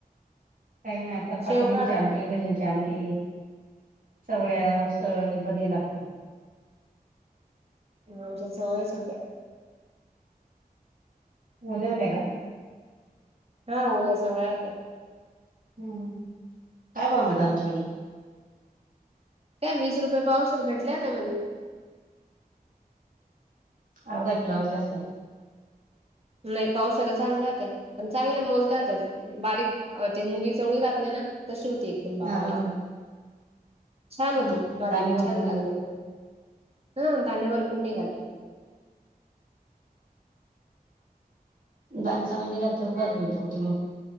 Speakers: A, on the right; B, on the right.
A: काही आता पटोडीची
B: शेवगा
A: आमट भजींची आमटी सवळ्या उसळ बरी लागतो.
B: आमच्या सवळ्याच होत्या.
A: ले होते आहे का?
B: हा ओल्या सोहळ्या होत्या.
A: हम् काय ब मत आमच्याकडे.
B: काय वीस रुपये पावसर भेटल्या त्या म..
A: अर्धा किलो आणले असते.
B: नाही पावसाळा चांगल्या होत्या. पण चांगल्या मोजल्या होत्या बारीक. अ ते मुगी चवळी राहात नाही ना तशी होती. एकदम बारीक.
A: हा हा
B: छान होती.
A: हम्म
B: भाजी
A: दाणे
B: बी
A: भरपूर
B: छान लागली म हा दाणे भरपूर निघाले.
A: दणीसगांनी घालतात. बाजवी पुुरते मग.